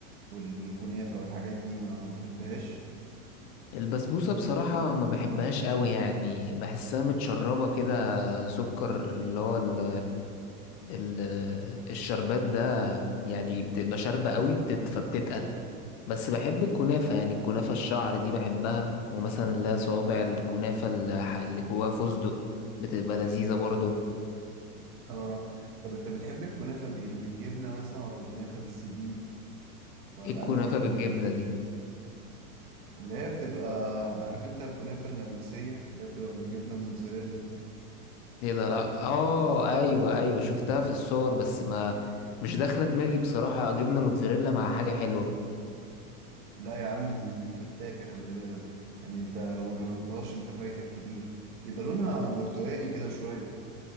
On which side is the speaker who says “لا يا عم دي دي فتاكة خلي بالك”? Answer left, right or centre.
Right